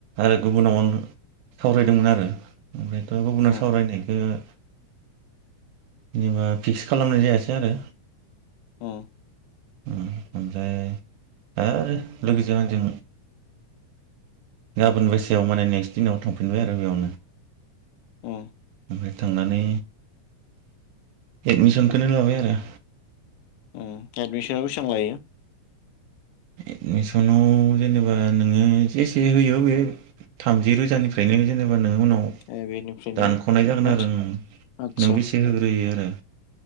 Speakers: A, on the right; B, on the left.
A: आरो गुबुनाव आं सावरायदोंमोन आरो ओमफ्रायथ' गुबुुनना
B: उम
A: सावरायनायखो जेनेबा फिक्स खालामनाय जायासै आरो
B: ओम
A: ओमफ्राय आरो लोगोजों आंजों गाबोन बायसेआव माने नेक्स्ट दिनाव थांफिनबाय आरो बेयावनो।
B: ओम
A: ओमफ्राय थांनानै एडमिसनखौनो लाबाय आरो
B: ओम एडमिसन बेसेबां लायो?
A: एडमिसनाव जेनेबा नोङो जेसे होयो बे थामजि रोजानिफ्रायनो जेनेबा नोंनि उनाव
B: ए बेनिफ्रायनो
A: दानख'नाय जागोन
B: मानसि
A: आरों
B: आदसा
A: नों बेसे होग्रोयो आरो